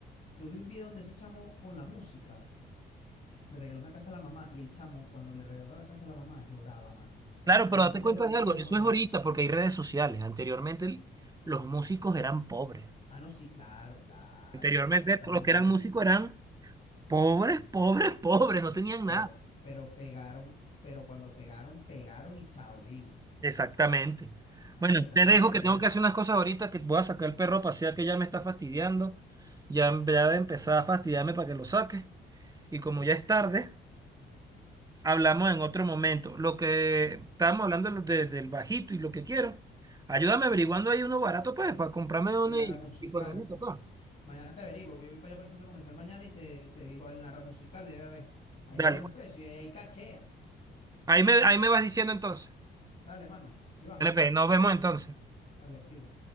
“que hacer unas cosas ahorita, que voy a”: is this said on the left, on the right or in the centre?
Right